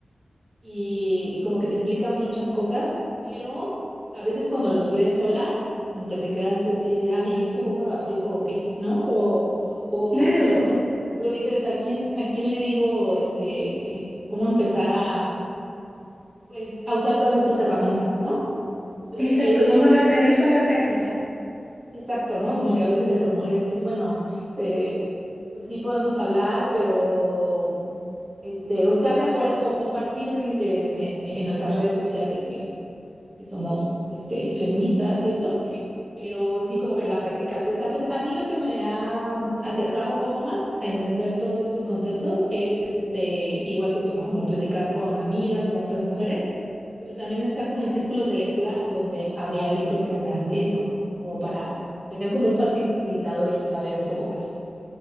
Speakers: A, on the right; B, in the centre.
A: y como que te explica muchas cosas, pero a veces cuando los lees sola, como que te quedas así de, ah, ¿y esto cómo lo aplico o qué? ¿No? O, o
B: Claro,
A: terminas,
B: co-
A: pero dices, ¿a quién, a quién le digo, este, cómo empezar a, pues, a usar todas estas herramientas, ¿no? Entonces,
B: exacto,
A: eh,
B: ¿cómo lo aterrizo a la práctica?
A: exacto, ¿no? Como que a veces entre mujeres dices, bueno, eh, pues sí podemos hablar, pero este, o estar de acuerdo o compartir este, en nuestras redes sociales que, que somos este, feministas y esto pero sí como que en la práctica cuesta. Entonces, a mí lo que me ha mm, acercado un poco más a entender todos estos conceptos es, este, igual que tú, ¿no? Como platicar con amigas, con otras mujeres, pero también estar como en círculos de lectura donde había libros que hablaran de eso, como para tener como un facilitador y saber un poco más,